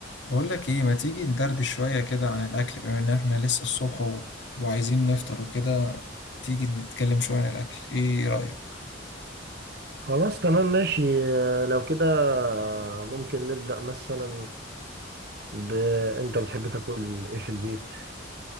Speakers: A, on the left (about 65°); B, on the right (about 55°).
A: بقول لك ايه ما تيجي ندردش شوية كده عن الأكل بما إن احنا لسه الصبح و... وعايزين نفطر وكده تيجي نتكلم شوية عن الأكل ايه رأيك
B: خلاص تمام ماشي آه، لو كده ممكن نبدأ مثلا ب... انت بتحب تاكل ايه في البيت